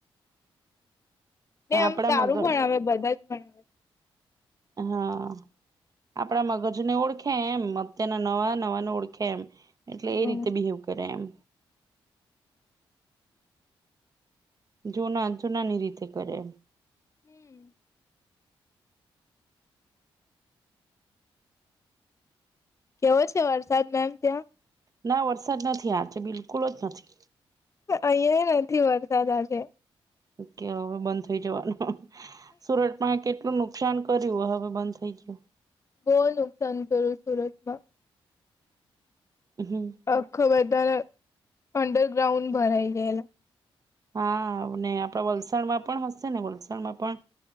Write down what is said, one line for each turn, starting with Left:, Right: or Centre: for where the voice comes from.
Left: ને આમ
Right: આપણા
Left: સારું
Right: મગજ
Left: ભણાવે બધા જ ભણ
Right: હા આપણા મગજને ઓળખે એમ. અત્યારના નવા નવાને ઓળખે એમ એટલે
Left: હમ.
Right: એ રીતે બિહેવ કરે એમ જુના જૂનાની રીતે કરે
Left: હમ્મ કેવો છે વરસાદ મેમ ત્યા
Right: ના વરસાદ નથી આજ. બિલકુલ જ નથી.
Left: અહિયાં નથી વરસાદ આજે
Right: ઓ હવે બંધ થઈ જવાનું. સુરતમાં કેટલું નુ નુકસાન કર્યું. હવે બંધ થઈ ગયુ.
Left: બહુ નુકસાન કરું સુરતમા
Right: હા
Left: અખા બધાને અંડરગ્રાઉન્ડ ભરાઈ ગયેલા.
Right: હાને આપડા વલસાડમાં પણ હશે ને વલસાડમાં પણ.